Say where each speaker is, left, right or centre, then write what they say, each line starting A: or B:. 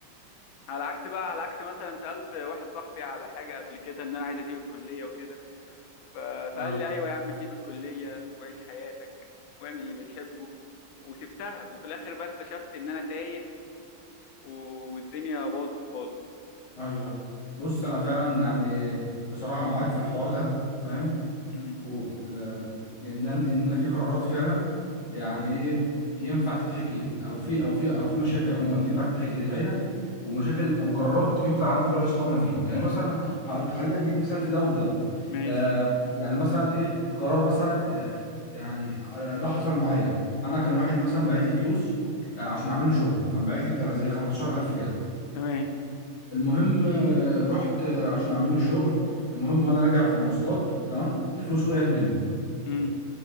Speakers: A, on the left; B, on the left.
A: على عكس بقى على عكس مثلا سالت واحد صاحبي على حاجه قبل كده ان انا عايز اسيب الكليه وكده ف...
B: ايوه
A: فقال لي ايوه يا عم سيب الكليه وعيش حياتك واعمل اللي بتحبه وسبتها وفي الاخر بقى اكتشفت ان انا تايه و... والدنيا باظت خالص
B: ايوه بص انا فعلا يعني بصراحه معاك في الحوار ده فاهم
A: امم
B: و آه، ان انا ان انا في قرارات فعلا يعني ايه ينفع تتحكي او في او في او في مشاكل عموما ينفع تتحكي للعيله ومشاكل او قرارات ينفع ناخد راي اصحابنا فيها يعني مثلا ه- خليني اديك مثال في ده وفي ده
A: ماشي
B: آه يعني مثلا ايه قرار مثلا آه يعني آه، ده حصل معايا انا كان واحد مثلا باعت لي فلوس آه عشان اعمل له شغل كان باعت لي بتاع زي 15000 كده
A: تمام
B: المهم آه، رحت آه، عشان اعمل له الشغل المهم وانا راجع في المواصلات تمام الفلوس وقعت مني
A: امم